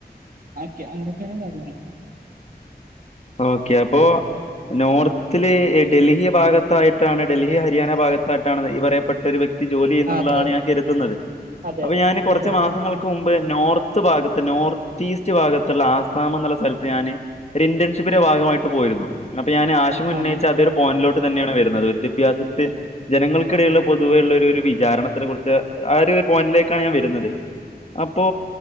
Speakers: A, on the right; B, on the left.
A: ആക്യ അങ്ങനക്കെണ് കാര്യങ്ങൾ
B: ഓക്കെ അപൊ നോർത്തില് ഡൽഹി ഭാഗത്തായിട്ടാണ് ഡൽഹി ഹരിയാന ഭാഗത്തായിട്ടാണ് ഈ പറയപ്പെട്ട ഒരു വ്യക്തി ജോലി ചെയ്യുന്നുള്ളതാണ്
A: ആഹ് അതെ അതെ
B: ഞാൻ കര്തുന്നത്
A: അതെ
B: അപ്പൊ ഞാന് കുറച്ച്
A: അതെ അതെ അതെ
B: മാസങ്ങള് ക്കു മുൻപ് നോർത്ത് ഭാഗത്ത് നോർത്ത് ഈസ്റ്റ് ഭാഗത്തുള്ള ആസാം എന്നുള്ള സ്ഥലത്ത് ഞാന് ഒര് ഇന്റൻഷിപ് ആയ ഭാഗമായിട്ട് പോയിരുന്നു അപ്പൊ ഞാന് ആഷിമ് ഉന്നയിച്ച
A: ആഹ്
B: അതേ ഒരു പോയിന്റിലോട്ട് തന്നെയാണ് വരുന്നത് വിദ്യാഭ്യാസത്തെ ജനങ്ങൾക്കിടയുള്ള പൊതുവെ ഉള്ളഒര് ഒരു വിചാരണത്തിനെ കുറിച്ച് ആ ഒരു പോയിന്റിലേക്കാണ് ഞാൻ വരുന്നത് അപ്പോ